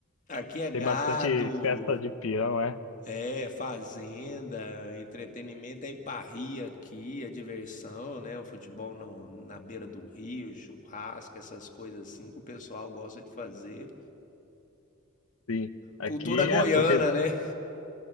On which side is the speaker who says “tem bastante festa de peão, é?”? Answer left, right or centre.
Left